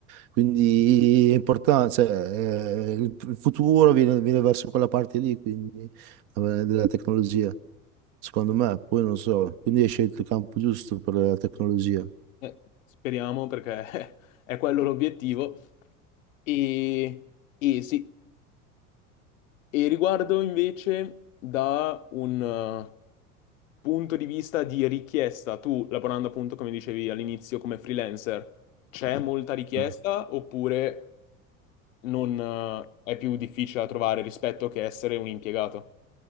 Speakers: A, on the right; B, on the left.
A: Quindi è importante, cioè, eh, il, il futuro viene, viene verso quella parte lì, quindi, eh, della tecnologia, secondo me, poi non so, quindi hai scelto il campo giusto per la tecnologia.
B: Eh, speriamo perché <laughs> è quello l'obiettivo. E, e sì, e riguardo invece da un eh, punto di vista di richiesta, tu lavorando appunto come dicevi all'inizio come freelancer, c'è molta richiesta
A: no?
B: oppure non, eh, è più difficile da trovare rispetto che essere un impiegato?